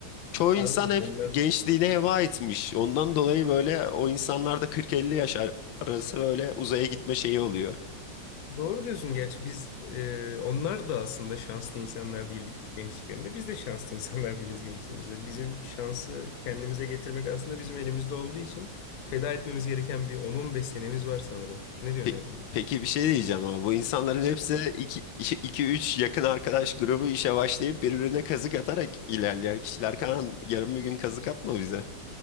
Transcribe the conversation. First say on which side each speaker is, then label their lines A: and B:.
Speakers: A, on the left (about 80°); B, on the left (about 60°).
A: çoğu
B: Abi
A: insan hep
B: onlar
A: gençliğine heba etmiş. Ondan dolayı böyle o insanlar da 40-50 yaş ar- arası böyle uzaya gitme şeyi oluyor.
B: doğru diyorsun gerçi biz e, onlar da aslında şanslı insanlar değildi küçük gençliklerinde. Biz de şanslı insanlar değiliz gençliğimizde. Bizim şansı kendimize getirmek aslında bizim elimizde olduğu için feda etmemiz gereken bir on on beş senemiz var sanırım. Ne diyorsun
A: Pe-
B: Emre?
A: Peki bir şey diyeceğim ama bu insanların hepsi iki <laughs> üç yakın arkadaş grubu işe başlayıp birbirine kazık atarak ilerleyen kişiler. Kaan yarın bir gün kazık atma bize.